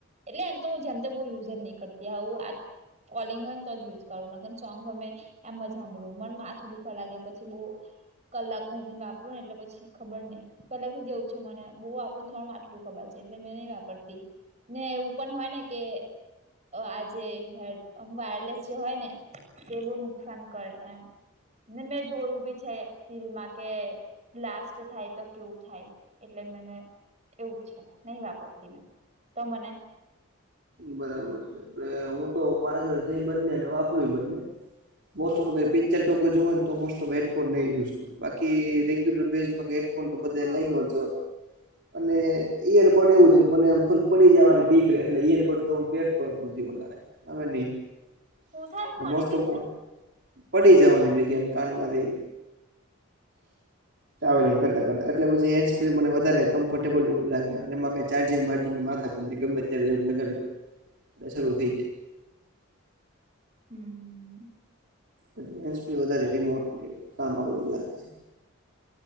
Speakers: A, on the right; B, on the right.
A: એટલે એમ તો ઉં જેમ તેમ બો યુઝ જ નઈ કરતી આવું આ કોલિંગ હોય ન તો જ યુઝ કરું નકર સોંગ હો મેં એમ જ હાંભળું મન માથું દુઃખવા લાગે પછી બો કલાક હુધીને વાપરું ને એટલે પછી ખબર નઈ પેલા થી જે એવું છે મને બો વાપરું તોમારુ માથુ દુઃ ખવા જે એટલે મેં નઇ વાપરતી ને એવું પણ હોય ને કે આ જે હેડ વાયરલેસ જે હોય ને તે બો નુકસાન કરે એમ ને મેં જોયું બી છે ટી વી માં કે બ્લાસ્ટ થાય તો કેવું થાય એટલે મને એવું છે નઈ વાપરતી મેં તો મને
B: બરાબર છે એટલે ઉં તો મારા ઘરે છેય બંને ને વાપરુંય બંને મોસ્ટ ઓફ તો કઈ પિક્ચર કે એવુ કંઈ જોવુ હોય ને તો મોસ્ટ ઓફ હેડફોન ને યુઝ કરું બાકી રેગ્યુલર બેઝમાં હે ડફોન તો બધે
A: હા
B: લઈ નો જવાય અને ઈયરબડ એવુ છે કે મને આમ પડી જાવાની બીક રેે એટલે ઈયર બડ તો ઉં પેરતો જ નથી વધારે ખબર નઈ
A: હું થાય હોની
B: મોસ્ટ
A: બીક
B: ઓફ
A: ને
B: ઉં પડી જાવાની બીક એમ કાનમાંથી ટ્રાવેલિંગ કરતા કરતા એટલે પછી હેન્ડસ ફ્રી મને વધારે કમ્ફર્ટેબલ લાગ્યા અને એમાં કંઈ ચાર્જિંગ બાર્જિગની માથા નઇ ગમે ત્યારે જવા લગા એ શરૂ થઈ જાય
A: હં
B: એટલે હેન્ડસ ફ્રી વધારે રિમોટ કામ આવે એવું લાગે છે